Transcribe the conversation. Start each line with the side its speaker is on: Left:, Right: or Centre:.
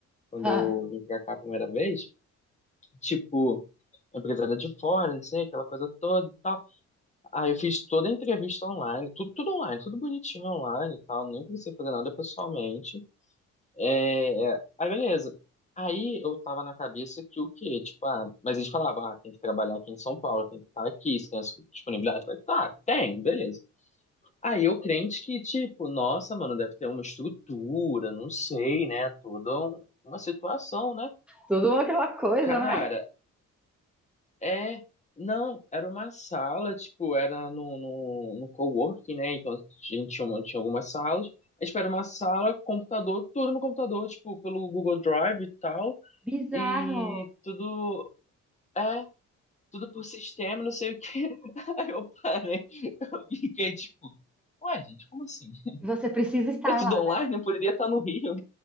Left: Quando
Centre: <laughs> Ah,
Left: eu vim pra cá a primeira vez, tipo, a empresa era de fora, não sei, aquela coisa toda. e tal. Ah, eu fiz toda a entrevista online, tudo, tudo online, tudo bonitinho online e tal, nem precisei fazer nada pessoalmente. É, é, Aí, beleza. Aí eu tava na cabeça que o quê? Tipo, ah, mas eles falavam, ah, tem que trabalhar aqui em São Paulo, tem que estar aqui, se tem essa disponibilidade. Eu falei, tá, tem, beleza. Aí eu crente que, tipo, nossa, mano, deve ter uma estrutura, não sei, né? Toda um- uma situação, né?
Centre: tudo aquela coisa,
Left: Cara,
Centre: né?
Left: É, não, era uma sala, tipo, era no, no, no coworking, né? Então a gente tinha, uma- tinha algumas salas. A gente era uma sala, computador, tudo no computador, tipo, pelo Google Drive e tal.
Centre: Bizarro.
Left: E tudo, é, tudo por sistema, não sei o quê. <laughs> Aí eu parei, eu fiquei tipo, ué, gente, como assim? <laughs>
Centre: Você precisa estar
Left: É tudo
Centre: lá,
Left: online,
Centre: né?
Left: não poderia estar no Rio.